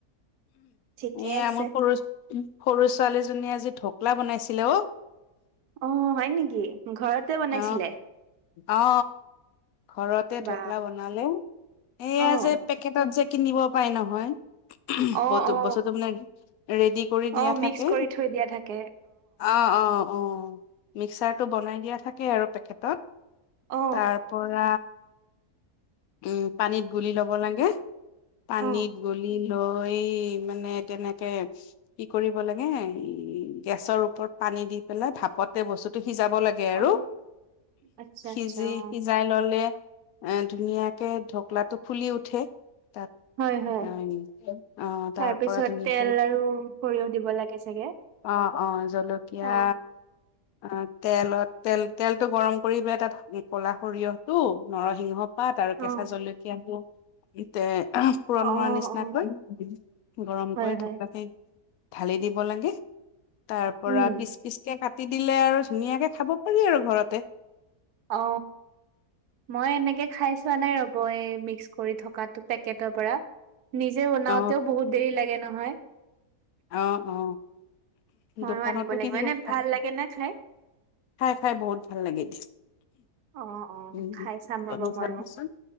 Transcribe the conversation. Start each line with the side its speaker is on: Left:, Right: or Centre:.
Right: ঠিকে
Left: এইয়া
Right: আছে
Left: মোৰ সৰু সৰু ছোৱালীজনীয়ে আজি ঢকলা বনাইছিলে অ।
Right: অহ হয় নেকি, ঘৰতে বনাইছিলে?
Left: অ অ ঘৰতে
Right: বা
Left: ঢকলা বনালে। এইয়া
Right: অ
Left: যে পেকেটত যে কিনিব পাই নহয়।
Right: অ
Left: ব টো
Right: অ
Left: বস্তুটো মানে ৰেডি কৰি দিয়া
Right: অ মিক্স
Left: থাকে।
Right: কৰি থৈ দিয়া থাকে
Left: অ অ অ। মিক্সাৰটো বনাই দিয়া থাকে আৰু পেকেটত।
Right: অ
Left: তাৰ পৰা। আ। উম পানীত গুলি ল'ব লাগে। পানীত
Right: অ
Left: গুলি। লৈ মানে তেনেকে কি কৰিব লাগে, গেছৰ ওপৰত পা- পানী দি পেলাই ভাপতে বস্তুটো সিজাব লাগে আৰু।
Right: অ আচ্ছা
Left: সিজি
Right: আচ্ছা অ
Left: সিজাই ল'লে - এ ধুনীয়াকে ঢকলাটো ফুলি উঠে। তাত
Right: হয় হয়
Left: অ অ তাৰ
Right: তাৰপিছত
Left: পৰা ধুনিয়াকে।
Right: তেল আৰু সৰিয়হ দিব লাগে চাগে
Left: অ অ জলকীয়া
Right: অ
Left: আ। তেলত তেল তেলতটো গৰম কৰি পাই তাত ক'লা সৰিয়হটো, নৰসিংহ- পাত আৰু
Right: অ
Left: কেঁচা জলকীয়া ডিউক। ইতে পুৰণ
Right: অ
Left: মৰা নিচিনাাকৈ
Right: অ
Left: গৰম
Right: হয়
Left: কৰি
Right: হয়
Left: থকাকে- ঢালি দিব লাগে, তাৰ পৰা
Right: উম
Left: পিচ পিচ কে কাট টি দিলে আৰু ধুনীয়াকে খাব পাৰি আৰু ঘৰতে।
Right: অ। মই এনেকে খাই চোৱা নাই ৰব। মিক্স কৰি থকাটো পেকটৰ পৰা। নিজে বনাওতেও
Left: অ
Right: বহুত দেৰি লাগে- নহয়।
Left: অ অ
Right: ময়ো
Left: দোকানতো
Right: আনিব লাগিব
Left: কিনিব
Right: এনে ভাল
Left: পাৰ।
Right: লাগে নে খাই?
Left: খাই খাই বহুত ভাল লাগে দিয়া।
Right: অ', অ',
Left: উম
Right: খাই চাম
Left: বনাই
Right: ৰ'ব ময়ো
Left: চাবচোন।